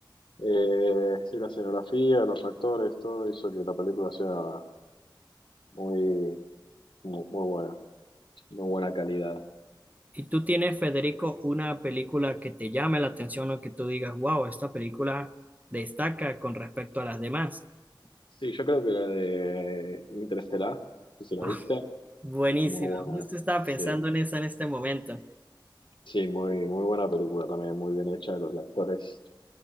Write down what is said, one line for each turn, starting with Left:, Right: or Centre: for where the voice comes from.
Left: Eh, sí, la escenografía, los actores, todo hizo que la película sea muy, muy, muy buena, muy buena calidad.
Right: ¿Y tú tienes, Federico, una película que te llame la atención o que tú digas, wow, esta película destaca con respecto a las demás? <laughs>
Left: Sí, yo creo que la de Interestelar, que si la
Right: Ah,
Left: viste,
Right: buenísimo,
Left: muy buena,
Right: justo estaba
Left: sí.
Right: pensando en esa en este momento.
Left: Sí, muy, muy buena película también, muy bien hecha, los actores